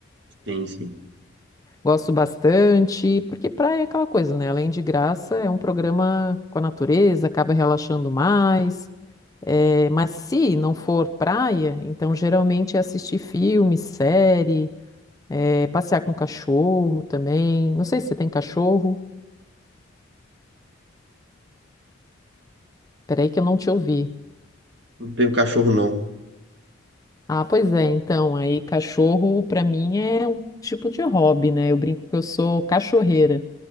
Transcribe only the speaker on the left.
Gosto bastante, porque praia é aquela coisa, né? Além de graça, é um programa com a natureza, acaba relaxando mais. É, mas se não for praia, então geralmente é assistir filme, série. É, passear com cachorro também. Não sei se você tem cachorro. Peraí que eu não te ouvi.
Ah, pois é. Então, aí cachorro pra mim é um tipo de hobby, né? Eu brinco que eu sou cachorreira.